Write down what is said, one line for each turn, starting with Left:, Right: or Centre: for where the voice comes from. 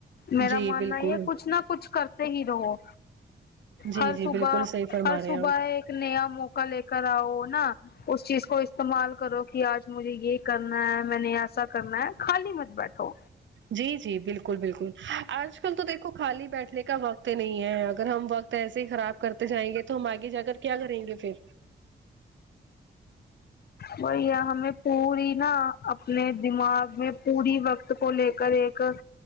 Left: میرا
Right: جی
Left: ماننا
Right: بالکل
Left: یہ کچھ نہ کچھ کر صحیح رہو
Right: جی
Left: ہر
Right: جی
Left: صبح
Right: بالکل صحیح فرما
Left: ہر
Right: رہے
Left: صبح
Right: ہیں آپ
Left: ایک نیا موقع لے کر آؤ نا اس چیز کو استعمال کرو کہ آج مجھے یہ کرنا ہے میں نے ایسا کرنا ہے خالی مت بیٹھو
Right: جی جی بالکل بالکل آج کل تو دیکھو خالی بیٹھنے کا وقت نہیں ہے اگر ہم وقت ایسے ہی خراب کرتے جائیں گے تو ہم آگے جا کر کیا کریں گے پھر
Left: وہ یہ ہمیں پوری نا اپنے دماغ میں پوری وقت کو لے کر ایک